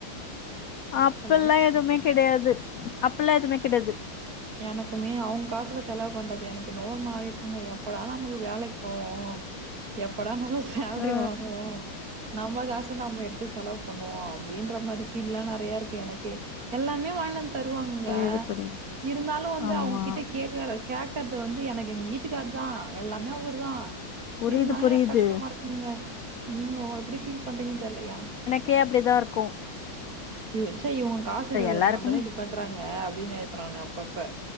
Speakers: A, on the left; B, on the right.
A: அப்பெல்லா
B: ஹலோ!
A: எதுமே கெடையாது அப்பெல்லா எதுமே கெடையாது
B: எனக்குமே அவுங் காசுல செலவு பண்றது எனக்கு என்னவோ ஒரு மாரி இருக்குங்க எப்படா நம்ளுக்கு வேலைக் போவோ எப்படா நம்ம சேல்ரி
A: ஆ
B: வாங்குவோ நம்ம காசு நம்ம எடுத்து செலவு பண்ணுவோ அப்டின்ற மாரி ஃபீல்லா நறைய இருக்கு எனக்கு எல்லாமே வாய்ன்டு வந்து தருவாங்க
A: புரியுது புரியுது
B: இருந்தாலு வந்து
A: ஆமா
B: அவுங்கிட்ட கே கேக்குறது வந்து எனக்கு எங்க வீட்டுக்கார் தா எல்லாமே அவுருதா
A: புரியுது
B: இருந்தாலு
A: புரியுது
B: எனக்கு கஷ்டமாருக்குங்க நீங்க எப்டி ஃபீல் பண்றீங்கன் தெர்ல ஏ
A: கே அப்டிதாருக்கு
B: இவ் வச்சா காசுருக்குகறதுனால
A: எல்லாருக்குமே
B: தான இப்டி பண்றாங்க அப்டின்னு நெனப்ப நானு அப்பப்ப